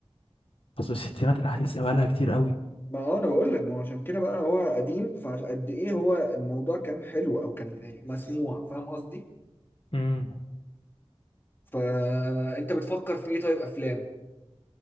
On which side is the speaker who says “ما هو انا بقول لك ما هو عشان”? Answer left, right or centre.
Left